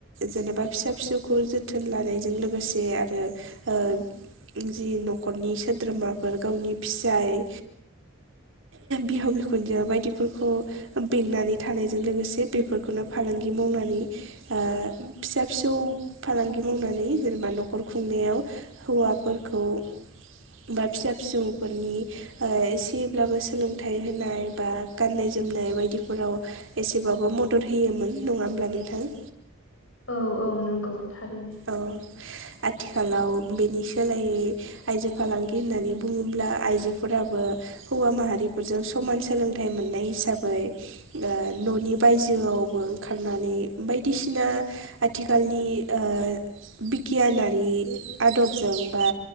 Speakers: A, on the right (about 65°); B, on the left (about 65°).
A: जेनेबा फिसा फिसौखौ जो थोन लानायजों लोगोसे आरो ओ जि न'खरनि सोद्रोमाफोर गावनि फिसाइ बिहाव-बिखुनजो बायदिफोरखौ बेंनानै थानायजों लोगोसे बेफोरखौनो फालांगि मावनानै ओ फिसा-फिसौ फालांगि मावनानै जेनेबा न'खर खुंनायाव हौवाफोरखौ बा फिसा-फिसौफोरनि ओ एसेब्लाबो सोलोंथाइ होनाय बा गाननाय-जोमनाय बायदिफोराव एसेबाबो मदद होयोमोन नङा होमब्ला नोंथां।
B: औ औ नंगौ थारैनो
A: औ आथिखालाव बेनि सोलायै आइजो फालांगि होननानै बुङोब्ला आइजोफोराबो हौवा माहारिफोरजों समान सोलोंथाइ मोननाय हिसाबै ओ न'नि बायजोआवबो ओंखारनानै बायदिसिना आथिखालनि ओ बिगियानारि आदबजों बा